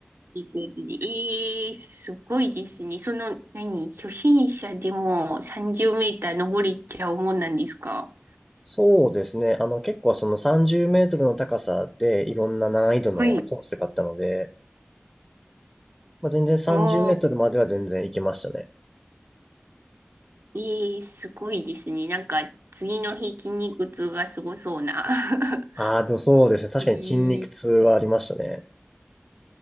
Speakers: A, on the right (about 70°); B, in the centre.
A: いくやつでええー、すごいですね。その、何、初心者でも30メーター登れちゃうもんなんですか
B: そうですね。あの、結構その30メートルの高さでいろんな難易度のコースがあったので、
A: はい。
B: まあ、全然30メートルまでは全然行けましたね。
A: ああ、ええー、すごいですね。なんか、次の日筋肉痛がすごそうな。<laughs>
B: ああ、でもそうですね。確かに筋肉痛はありましたね。
A: えー